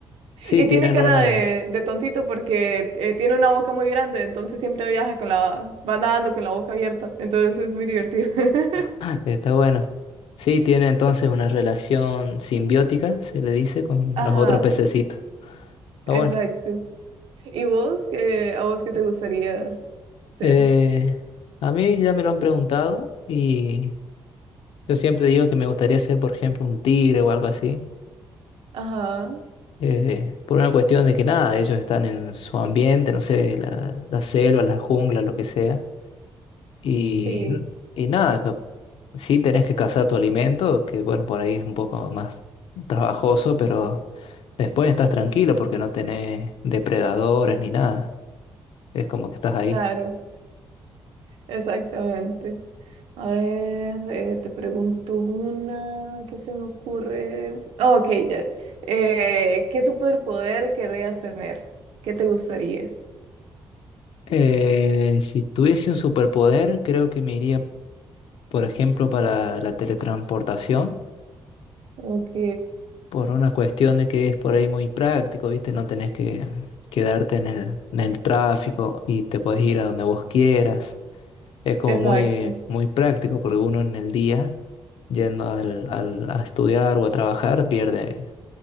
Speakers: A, on the left; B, on the right.
A: Sí,
B: Y
A: tienen
B: tiene cara
A: una.
B: de, de tontito porque eh, tiene una boca muy grande, entonces siempre viaja con la, va nadando con la boca abierta, entonces es muy divertido. <laughs>
A: <laughs> Está bueno. Sí, tiene entonces una relación simbiótica, se le dice, con
B: Ajá,
A: los otros pececitos. Está
B: exacto.
A: bueno.
B: ¿Y vos qué, a vos qué te gustaría ser?
A: Eh, a mí ya me lo han preguntado y yo siempre digo que me gustaría ser, por ejemplo, un tigre o algo así.
B: Ajá,
A: eh, por una cuestión de que nada, ellos están en su ambiente, no sé, la, la selva, la jungla, lo que sea. Y,
B: sí,
A: y nada, co- sí tenés que cazar tu alimento, que bueno, por ahí es un poco más trabajoso, pero después estás tranquilo porque no tenés depredadores ni nada. Es como que estás ahí.
B: claro, exactamente. A ver, eh, te pregunto una, ¿qué se me ocurre? Oh, ok, ya. Eh, ¿qué superpoder querrías tener? ¿Qué te gustaría?
A: Eh, si tuviese un superpoder, creo que me iría, por ejemplo, para la teletransportación
B: Ok,
A: Por una cuestión de que es por ahí muy práctico, ¿viste? No tenés que quedarte en el, en el tráfico y te podés ir a donde vos quieras. Es como
B: exacto.
A: muy, muy práctico porque uno en el día, yendo al, al- a estudiar o a trabajar, pierde